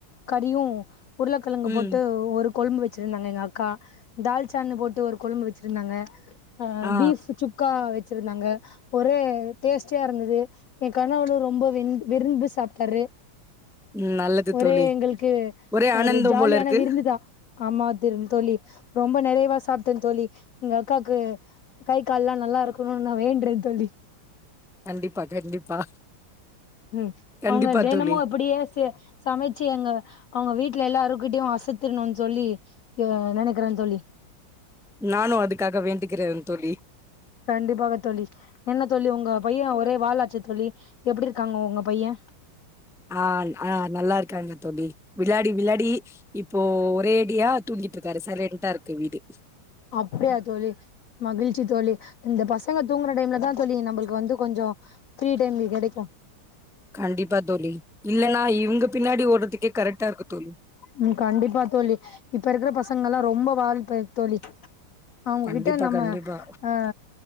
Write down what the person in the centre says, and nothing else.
ம்
ஆ
ம் நல்லது
தோழி.
ஒரே ஆனந்தம்
போல இருக்கு.
கண்டிப்பா கண்டிப்பா
கண்டிப்பா
தோழி.
நானு அதுக்காக வேண்டிகிறே தோழி
ஆ ஆ நல்லா இருக்காங்கா தோழி விளாயடி விளாடி இப்போ ஒரேடியா தூங்கிட்டு இருக்காரு சைலன்டா இருக்கு வீடு
கண்டிப்பா தோழி இல்லன்னா இவங்க பின்னாடி ஓடுறதுக்கே கரெக்டா இருக்கு தோழி
கண்டிப்பா
கண்டிப்பா.